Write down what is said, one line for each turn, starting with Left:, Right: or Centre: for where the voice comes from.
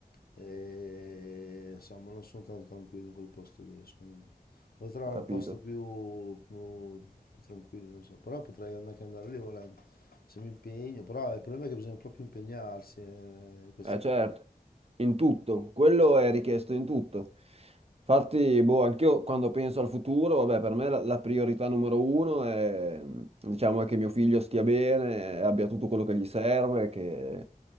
Left: E, insomma, non sono tanto tranquillo in quel posto lì, secondo me. Devo trovare
Right: Ho capito.
Left: un posto più, più- più tranquillo, non so. Però potrei and- anche andare lì volendo, se mi impegno. Però il problema è che bisogna proprio impegnarsi eh, in queste
Right: Eh certo,
Left: cose.
Right: in tutto, quello è richiesto in tutto. Infatti, boh, anch'io quando penso al futuro, vabbè, per me la, la priorità numero uno è, diciamo, è che mio figlio stia bene, abbia tutto quello che gli serve, che,